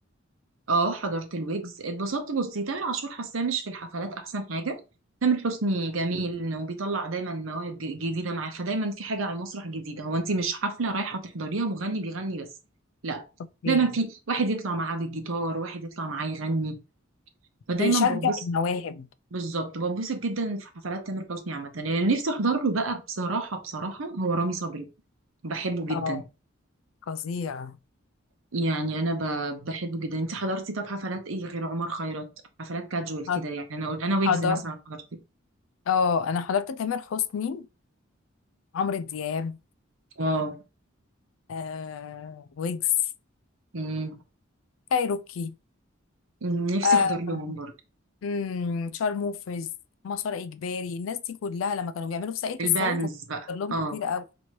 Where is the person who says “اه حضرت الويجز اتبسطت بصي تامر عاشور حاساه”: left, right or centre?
Right